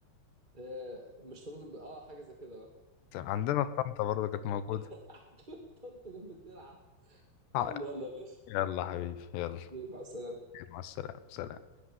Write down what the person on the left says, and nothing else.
تمام، عندنا في طنطا برضه كانت موجودة
آه،
يلا حبيبي يلا
مع السلامة سلام